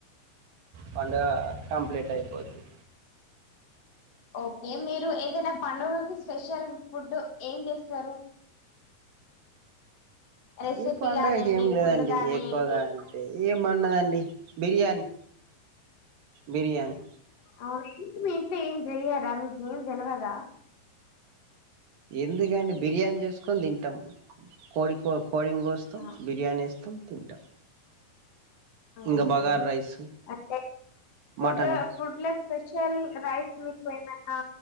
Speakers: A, on the right; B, on the left.
A: పండగ కంప్లీట్ అయిపోద్ది.
B: ఓకే మీరు ఏదైనా పండుగకి, స్పెషల్ ఫుడ్ ఏం చేస్తారు. రెసిపీ
A: ఈ పండుగకి
B: కానియండి
A: ఏం లేదండి.
B: ఫుడ్ కానియండి
A: ఎక్కువగా అంటే ఏం వండదండి బిర్యానీ. బిర్యాన్
B: అవును మీ ఇంట్లో ఏం చెయ్యారా మీకు ఏం తెలివదా
A: ఎందుకండి బిర్యానీ చేసుకొని తింటాం కోడిపో కోడిని కోస్తాం
B: ఆ
A: బిర్యానీ చేస్తాం తింటాం
B: అవునా
A: ఇంకా బగార్ రైస్
B: అంటే ఫుడ్
A: మటను
B: ఫుడ్ లో స్పెషల్ రైస్ మీకు ఇంకా